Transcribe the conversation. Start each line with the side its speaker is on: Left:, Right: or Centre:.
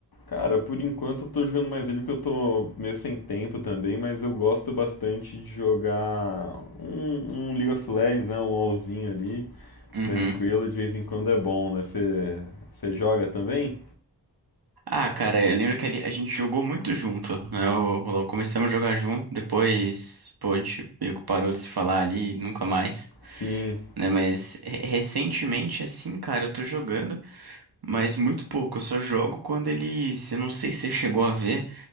Left: Cara, por enquanto eu tô jogando mais ele porque eu tô meio sem tempo também, mas eu gosto bastante de jogar um, um League of Legends, né? Um LoLzinho ali,
Right: Uhum.
Left: tranquilo, de vez em quando é bom, né? Você você joga também?
Right: Ah, cara, eu lembro que ali a gente jogou muito junto, né? O- o- começamos a jogar junto, depois, pô, a gente meio que parou de se falar ali, nunca mais,
Left: Sim.
Right: né? Mas re- recentemente, assim, cara, eu tô jogando. Mas muito pouco, eu só jogo quando eles. Eu não sei se você chegou a ver,